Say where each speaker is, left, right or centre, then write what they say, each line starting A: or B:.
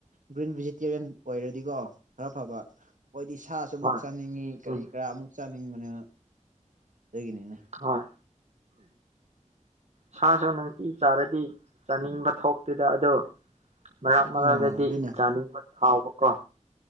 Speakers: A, on the right; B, on the right.
A: ꯒ꯭ꯔꯤꯟ ꯚꯦꯖꯤꯇꯦꯔꯤꯌꯥꯟ ꯑꯣꯏꯔꯗꯤꯀꯣ ꯈꯔ ꯐꯕ ꯑꯩꯈꯣꯏꯗꯤ ꯁꯥꯁꯨ ꯑꯃꯨꯛ
B: ꯍꯣꯏ
A: ꯆꯥꯅꯤꯡꯉꯤ ꯀꯔꯤ
B: ꯎꯝ
A: ꯀꯔꯥ ꯑꯃꯨꯛ ꯆꯥꯅꯤꯡꯕꯅꯤ ꯍꯒꯤꯅꯤꯅ
B: ꯍꯣꯏ ꯁꯥꯁꯨ ꯅꯨꯡꯇꯤ ꯆꯥꯔꯗꯤ ꯆꯥꯅꯤꯡꯕ ꯊꯣꯛꯇꯦꯗ ꯑꯗꯣ ꯃꯔꯛ ꯃꯔꯥꯛꯛꯇꯗꯤ
A: ꯑꯣ ꯑꯗꯨꯅ
B: ꯆꯥꯅꯤꯡꯕ ꯊꯥꯎꯕꯀꯣ